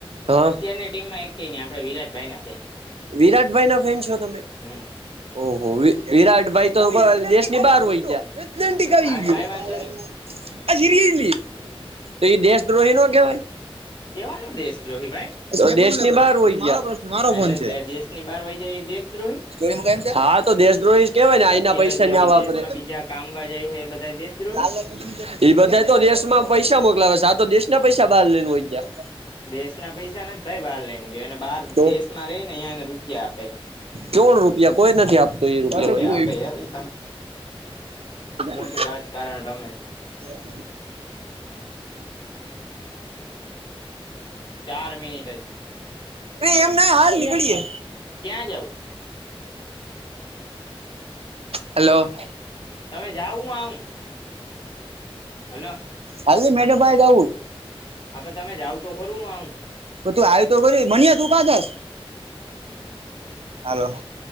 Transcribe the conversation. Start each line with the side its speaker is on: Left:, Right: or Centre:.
Right: હા
Left: અત્યારની ટીમમાં એકે નહીં આપડે વિરાટ ભાઈને
Right: વિરાટભાઈના ફેન છો તમે?
Left: હમ
Right: ઓહો! વી વિરાટભાઈ તો દેશની બહાર વઈ ગયા. એથેલેન્ટિક આવી
Left: હા
Right: ગયું.
Left: કઈ વાંધો નહી
Right: એ રીયલી. તો ઈ દેશદ્રોહી નો કેવાય?
Left: કેવાનો દેશદ્રોહી ભાઈ?
Right: <inaudible> દેશની બાર વઈ ગયા. ઈ મારો પ્રશ્ન મારો
Left: એટલે
Right: ફોન છે.
Left: દેશની બહાર વહી જાય એ દેશદ્રોહી
Right: <inaudible> <inaudible> હા તો દેશદ્રોહી જ કેવાય ને આહીંના
Left: અત્યારે
Right: પૈસા
Left: જે
Right: ન્યા
Left: વિદેશમાં
Right: વાપરે.
Left: બીજા કામવા જાય છે એ બધા
Right: <inaudible>
Left: દેશદ્રોહી
Right: એ બધા તો દેશમાં પૈસા મોકલાવે છે આ તો દેશ ના પૈસા બહાર લેયને વય ગયા.
Left: દેશના પૈસા નથી જ ભાઈ બહાર લઈને ગયો એને બહાર
Right: તો
Left: દેશમાં રહી ને એ એને રૂપિયા આપે.
Right: કોણ રૂપિયા કોઈ નથી આપતો એ રૂપિયા
Left: આપે આપે યાર એ
Right: <inaudible>
Left: શું રાજકારણ રમે સ.
Right: <inaudible> <inaudible> અરે
Left: ચાર મિનિટ હજી
Right: એમ નહીં હાલ નીકળીએ.
Left: ક્યાં જાઉ.
Right: હલો.
Left: તમે જાવ હું આવું. હલો
Right: હાલની મેડમ પાહે જઉુંછ.
Left: હા પણ તમે જાવ તો ખરું હું આવું.
Right: પણ તું આયુ તો ખરી મન્યા તું કા જાયસ. હાલો.